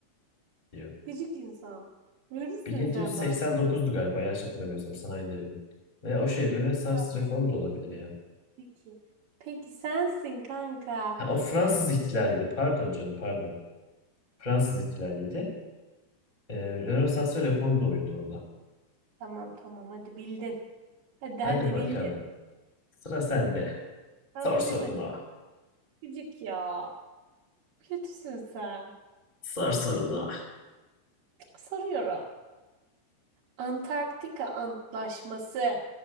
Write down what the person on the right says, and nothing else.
Gıcık insan. Yürürsün
sen bak.
Ya,
Peki. Peki sensin kanka.
Tamam tamam hadi bildin. Hadi
hadi
bildin.
Ben
bilemedim.
Gıcık ya. Kötüsün sen.
Soruyorum. Antarktika Antlaşması